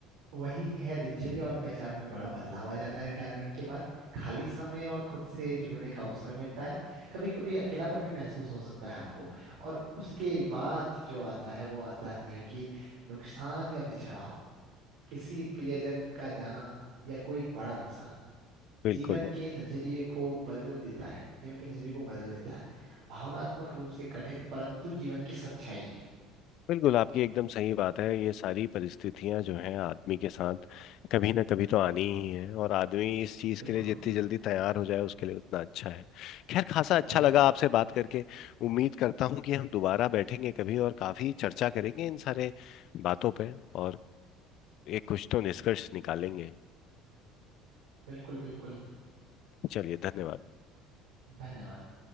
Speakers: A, on the right (about 70°); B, on the left (about 60°).
A: वही है दिनचर्या और पहचान में बड़ा बदलाव आ जाता है रिटायरमेंट के बाद खाली समय और खुद से जुड़ने का अवसर मिलता है कभी कभी अकेलापन भी महसूस हो सकता है आपको और उसके बाद जो आता है वो आता है कि नुकसान या बिछड़ाव किसी प्रियजन का जाना या कोई बड़ा नुकसान
B: बिल्कुल
A: जीवन के नजरिए को बदल देता है जीवन के नजरिए को बदल देता है भावनात्मक रूप से कठिन परंतु जीवन की सच्चाई है
B: बिल्कुल आपकी एकदम सही बात है ये सारी परिस्थितियां जो हैं आदमी के साथ कभी ना कभी तो आनी ही है और आदमी इस चीज़
A: बिल्कुल
B: के लिए जितनी
A: बिल्कुल
B: जल्दी तैयार हो जाए उसके लिए उतना अच्छा है खैर खासा अच्छा
A: वही
B: लगा
A: वही
B: आपसे बात करके उम्मीद करता हूँ कि हम दोबारा बैठेंगे कभी और काफ़ी चर्चा करेंगे इन सारे बातों पे और एक कुछ तो निष्कर्ष निकालेंगे
A: बिल्कुल बिल्कुल
B: चलिए धन्यवाद
A: धन्यवाद